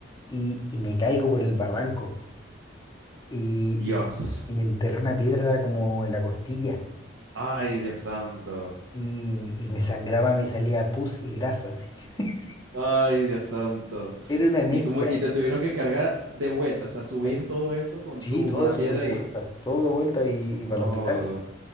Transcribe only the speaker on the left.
y, y me caigo por el barranco y,
y- y me enterré una piedra como en la costilla
y, y me sangraba, me salía pus y grasa así. <laughs>
Era una mezcla.
eh,
Sí,
todo
eso
de
vuelta, todo de vuelta y,
y para el hospital.